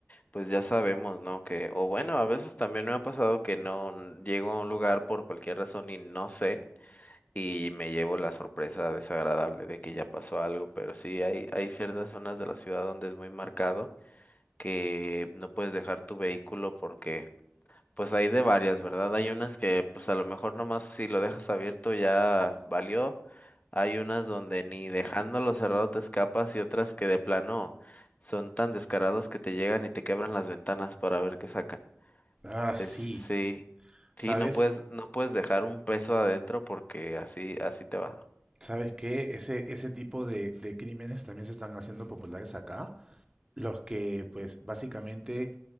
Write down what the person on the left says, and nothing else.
pues ya sabemos, ¿no? Que, o bueno, a veces también me ha pasado que no n- llego a un lugar por cualquier razón y no sé, y me llevo la sorpresa desagradable de que ya pasó algo, pero sí hay, hay ciertas zonas de la ciudad donde es muy marcado que no puedes dejar tu vehículo porque pues hay de varias, ¿verdad? Hay unas que pues a lo mejor nomás si lo dejas abierto ya valió. Hay unas donde ni dejándolo cerrado te escapas y otras que de plano son tan descarados que te llegan y te quebran las ventanas para ver qué sacan.
Es
sí,
sí, no puedes, no puedes dejar un peso adentro porque así, así te va.